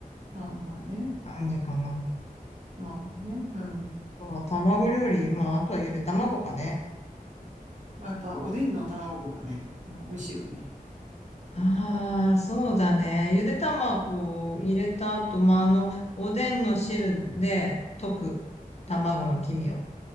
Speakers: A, on the right; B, on the left.
A: あまあね。
B: 感じかな。
A: 卵ね。うん。
B: まあ、卵料理、まあ、あとはゆで卵かね。
A: まあやっぱおでんの卵とかね、まあ美味しいよね。
B: ああ、そうだね。ゆで卵を入れた後、まあ、あの、おでんの汁で溶く卵の黄身を、